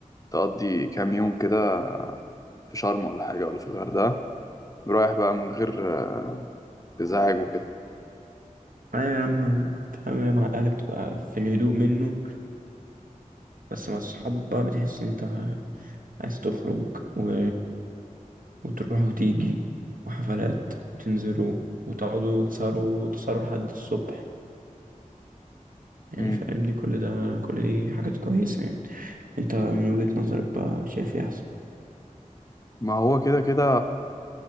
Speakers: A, on the left; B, on the right.
A: تقضي كام يوم كده في شرم ولا حاجه ولا في الغردقه رايح بقى من غير آه، ازعاج وكده
B: اه يا عم فاهم مع الاهل بتبقى في الهدوء منه بس مع الصحاب بقى بتحس ان انت عايز تخرج و... وتروح وتيجي وحفلات تنزلوا وتقعدوا وتسهروا وتسهروا لحد الصبح يعني
A: مم.
B: فاهمني كل ده كل دي حاجات كويسة يعني انت من وجهة نظرك بقى شايف ايه احسن
A: ما هو كده كده